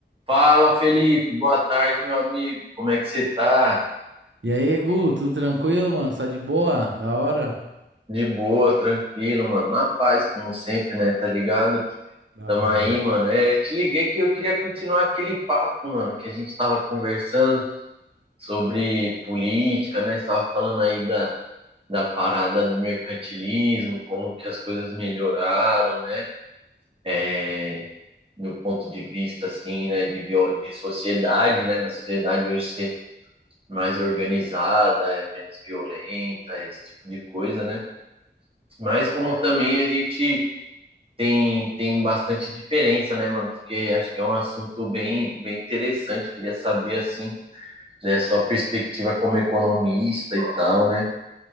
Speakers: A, on the right; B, on the right.
A: Fala, Felipe. Boa tarde, meu amigo. Como é que você tá?
B: E aí, Gu, tudo tranquilo, mano? Só de boa? Da hora?
A: De boa, tranquilo, mano. Na paz, como sempre, né? Tá ligado?
B: Da
A: Tamo
B: hora.
A: aí, mano. É, te liguei que eu queria continuar aquele papo, mano, que a gente tava conversando sobre política, né? Você tava falando aí da, da parada do mercantilismo, como que as coisas melhoraram, né? É, do ponto de vista, assim, né? De, viol- de sociedade, né? Da sociedade hoje mais organizada, é menos violenta, esse tipo de coisa, né? Mas como também a gente tem, tem bastante diferença, né, mano? Porque acho que é um assunto bem, bem interessante, queria saber, assim, né, sua perspectiva como economista e tal, né?